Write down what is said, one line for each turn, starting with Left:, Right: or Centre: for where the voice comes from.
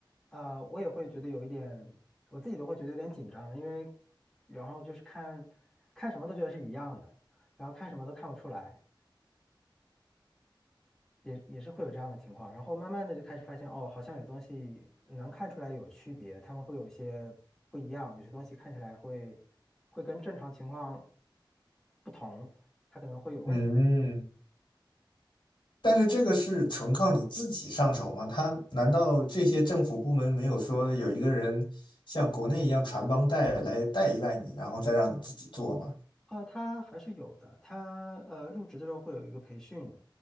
Centre: 啊、我也会觉得有一点，我自己都会觉得有点紧张，因为然后就是看看什么都觉得是一样的，然后看什么都看不出来，也也是会有这样的情况。然后慢慢的就开始发现，哦，好像有东西能看出来有区别，他们会有一些不一样，有些东西看起来会会跟正常情况不同，它可能会有问题。
Left: 嗯。但是这个是纯靠你自己上手吗？他难道这些政府部门没有说有一个人像国内一样传帮带来带一带你，然后再让你自己做吗？
Centre: 呃，他还是有的。他呃，入职的时候会有一个培训，